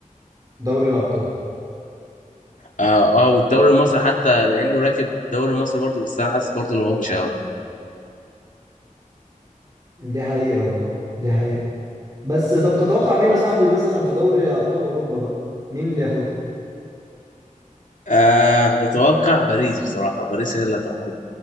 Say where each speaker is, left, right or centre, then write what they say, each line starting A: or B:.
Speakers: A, on the right; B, on the left.
A: دوري الابطال
B: اه اه والدوري المصري حتى مع انه راكب الدوري المصري برضه بس انا حاسس برضه ان هو مش هياخده
A: دي حقيقة والله دي حقيقة بس طب تتوقع مين يا صاحبي مثلا في دوري أبطال أوروبا بقى مين اللي ياخدها
B: آه متوقع باريس بصراحة باريس هي اللي هتاخده